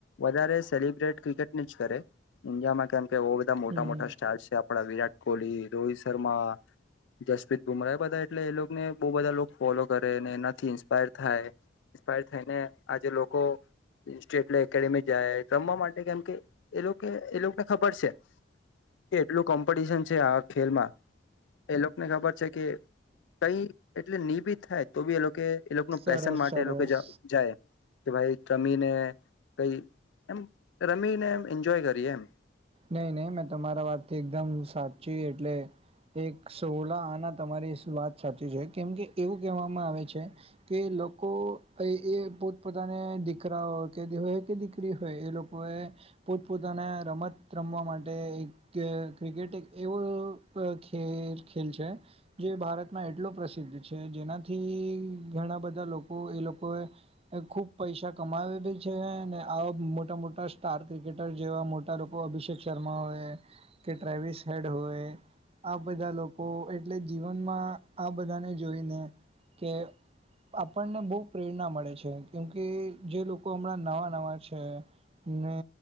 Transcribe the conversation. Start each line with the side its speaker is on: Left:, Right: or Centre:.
Left: વધારે સેલિબ્રેટ ક્રિકેટની જ કરે ઇન્ડિયામાં કેમ કે બઉ બધા મોટા
Right: હમ
Left: મોટા સ્ટાર છે આપ પડા વિરાટ કોહલી, રોહિત શર્મા, જસપ્રીત બુમરાહ બધા એટલે એ લોકને બહુ બધા લોકો ફોલો કરે ને એનાથી ઇન્સ્પાયર થાય ઇન્સ્પાયર થઈને આજે લોકો એ સ્ટેટલે એકેડેમી જાય રમવા માટે કેમ કે, એ લોકો એ લોકો ના ખબર છે કે, એટલું કોમ્પટિશન છે આ ખેલમાં એ લોકને ખબર છે કે કંઈ ટલે નિભિત થાય તો બી એ લોકોએ એ લોકોનું
Right: સરસ
Left: પેશન માટે
Right: સરસ
Left: એ લોકો જા જાય. કે ભાઈ તમીને કઈ એમ રમીને એમ ઈન્જોય કરીએ એમ.
Right: નહી નહી મેં તમારા વાતથી એકદમ સાચી એટલે એક સોલા આના તમારી સુ વાત સાચી છે કેમકે, એવું કેહવામાં આવે છે કે, એ લોકો અઈ એ પોતપોતાને દીકરાઓ કે દી હોય કે દીકરી હોય એ લોકોએ પોતપોતાને રમત રમવા માટે એક કે ક્રિકેટ એક એવો ખ ખેલ ખેલ છે, જે ભારતમાં એટલો પ્રસિદ્ધ છે, જેનાથી ઘણા બધા લોકો એ લોકોએ ખૂબ પૈસા કમાવે બી છે ને આવા મોટા મોટા સ્ટાર ક્રિકેટર જેવા મોટા લોક તો અભિષેક શર્મા હોય કે, ટ્રેવિસ હેડ હોય આ બધા લોકો એટલે જીવનમાં આ બધાને જોઈને કે આપણને બહુ પ્રેરણા મળે છે કેમ કે, જે લોકો હમણાં નવાં નવા છે ને